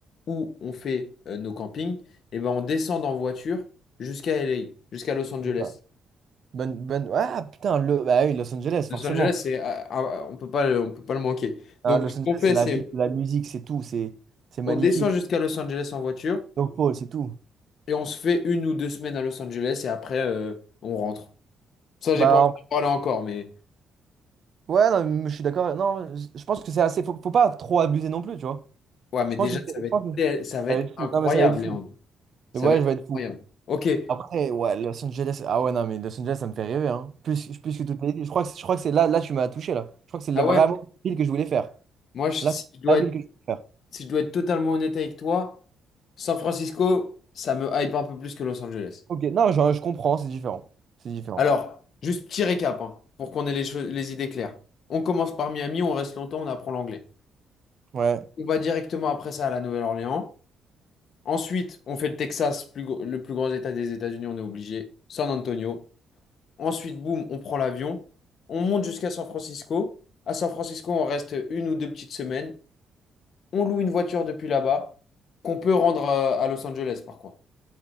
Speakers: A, on the left; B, on the right.
A: où on fait euh, nos campings, eh ben, on descend en voiture jusqu'à LA, jusqu'à Los Angeles.
B: ça. Bonne, bonne... Ah putain, le... bah oui, Los Angeles,
A: Los
B: forcément.
A: Angeles, c'est, ah, ah, ah, on peut pas, le- on peut pas le manquer.
B: Hein,
A: Donc,
B: Los
A: ce
B: Angeles,
A: qu'on fait,
B: c'est la
A: c'est
B: vie, la musique, c'est tout, c'est c'est magnifique.
A: on descend jusqu'à Los Angeles en voiture
B: Donc Paul, c'est tout.
A: et on se fait une ou deux semaines à Los Angeles et après, euh, on rentre. Ça,
B: Bah
A: j'ai pas envie de parler encore, mais
B: en- ouais, non, mais je suis d'accord. Non, je je pense que c'est assez. Faut, faut pas trop abuser non plus, tu vois.
A: ouais, mais
B: Je pense
A: déjà,
B: que, je
A: ça va être,
B: pense que
A: tel- ça va
B: ça
A: être
B: va être fou.
A: incroyable,
B: Non, mais ça va être fou.
A: Léandre. Ça
B: Et ouais,
A: va être
B: je vais être fou.
A: incroyable. Ok.
B: Après, ouais, Los Angeles. Ah ouais, non, mais Los Angeles, ça me fait rêver, hein. Plus, plus que toutes les villes. Je crois que, je crois que c'est là, là, tu m'as touché, là. Je crois que c'est la-
A: Ah ouais?
B: vraiment la ville que je voulais faire.
A: Moi, je- si
B: Là, c'est
A: je dois
B: la ville
A: être,
B: que je voulais faire.
A: si je dois être totalement honnête avec toi, San Francisco, ça me hype un peu plus que Los Angeles.
B: Ok, non, je, je comprends, c'est différent. C'est différent.
A: Alors, juste petit récap, hein, pour qu'on ait les choses, les idées claires. On commence par Miami, on reste longtemps, on apprend l'anglais.
B: Ouais,
A: On va directement après ça à la Nouvelle-Orléans. Ensuite, on fait le Texas, plus gr- le plus grand état des États-Unis, on est obligé. San Antonio. Ensuite, boum, on prend l'avion. On monte jusqu'à San Francisco. À San Francisco, on reste une ou deux petites semaines. on loue une voiture depuis là-bas, qu'on peut rendre euh, à Los Angeles par contre.